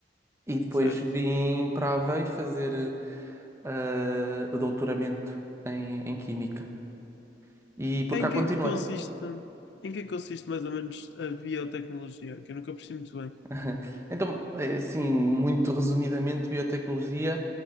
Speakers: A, on the right; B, on the left.
A: e depois
B: certo.
A: vim para Aveiro fazer ah, doutoramento em, em Química. E por
B: Em
A: cá
B: que
A: continuei.
B: é que consiste, em que é que consiste mais ou menos a biotecnologia? Que eu nunca percebi muito bem.
A: <laughs> Então, eh, assim, muito resumidamente, biotecnologia